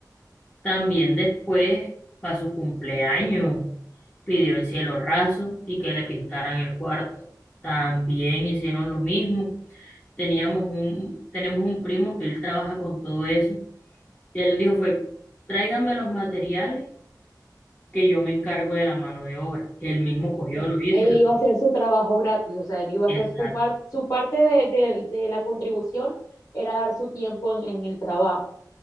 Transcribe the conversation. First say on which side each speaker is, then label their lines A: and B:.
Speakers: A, on the left; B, on the left.
A: También después, para su cumpleaños, pidió el cielo raso y que le pintaran el cuarto. También hicieron lo mismo. Teníamos un, tenemos un primo que él trabaja con todo eso. Y él dijo fue, tráiganme los materiales que yo me encargo de la mano de obra. Él mismo cogió,
B: sea,
A: lo hizo.
B: él
A: lo-
B: iba a hacer su trabajo gratis, o sea, él iba a
A: Exacto.
B: hacer su, par- su parte de, de- de la contribución, era dar su tiempo en, en el trabajo.